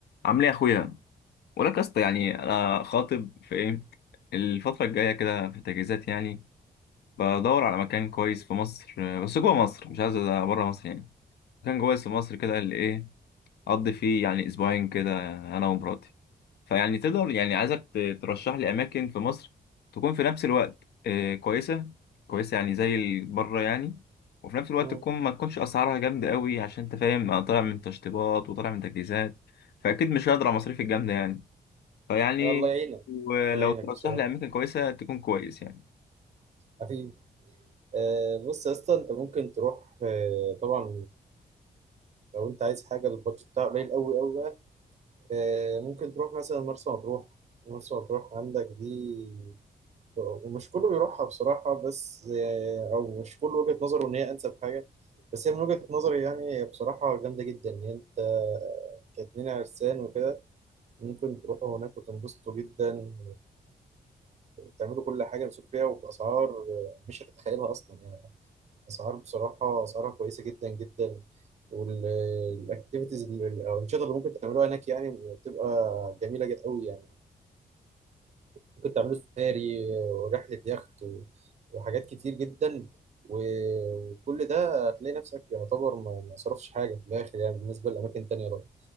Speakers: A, on the left; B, on the right.
A: عامل ايه يا اخويا ولك يا اسطى يعني انا خاطب في ايه الفتره الجايه كده في التجهيزات يعني بدور على مكان كويس في مصر آه، بس جوه مصر مش عايز بره مصر يعني مكان كويس في مصر كده اللي ايه اقضي فيه يعني اسبوعين كده انا ومراتي فيعني تقدر يعني عايزك ت- ترشح لي اماكن في مصر تكون في نفس الوقت آه، كويسه كويسه يعني زي ال- بره يعني وفي نفس الوقت
B: مم.
A: تكون ما تكونش اسعارها جامده قوي عشان انت فاهم انا طالع من تشطيبات وطالع من تجهيزات فاكيد مش هقدر على المصاريف الجامده يعني فيعني
B: الله يعينك
A: ولو
B: الله يعينك
A: ترشح
B: بصراحة
A: لي اماكن كويسه تكون كويس يعني
B: حبيبي آه بص يا اسطى انت ممكن تروح آه طبعا لو انت عايز حاجة البادجت بتاعها قليل قوي قوي بقى آه ممكن تروح مثلا مرسى مطروح مرسى مطروح عندك دي ومش كله بيروحها بصراحة بس آه او مش كله وجهة نظره ان هي انسب حاجة بس هي من وجهة نظري يعني هي بصراحة جامدة جدا ان انت كاتنين عرسان وكده ممكن تروحوا هناك وتنبسطوا جدا تعملوا كل حاجه نسوق فيها وباسعار مش هتتخيلها اصلا يعني اسعار بصراحه اسعارها كويسه جدا جدا والاكتيفيتيز الانشطه اللي ممكن تعملوها هناك يعني بتبقى جميله جدا قوي يعني ممكن تعملوا سفاري ورحله يخت و- وحاجات كتير جدا و- وكل ده هتلاقي نفسك يعتبر ما ما صرفش حاجه في الاخر يعني بالنسبه لاماكن تانية طبعا